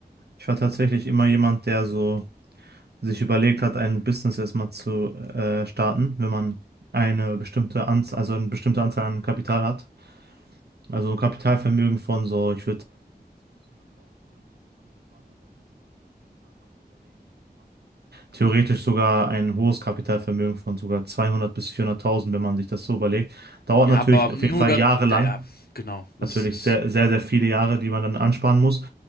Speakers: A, on the right; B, on the left.
A: Ich war tatsächlich immer jemand, der so sich überlegt hat, ein Business erstmal zu äh, starten, wenn man eine bestimmte Anzahl, also eine bestimmte Anzahl an Kapital hat. Also ein Kapitalvermögen von so, ich Theoretisch sogar ein hohes Kapitalvermögen von sogar 200 bis 400.000, wenn man sich das so überlegt. Dauert
B: Ja,
A: natürlich
B: aber nur
A: auf jeden Fall
B: ganz,
A: jahrelang.
B: ja, ja, genau, das
A: Natürlich
B: ist.
A: sehr, sehr, sehr viele Jahre, die man dann ansparen muss.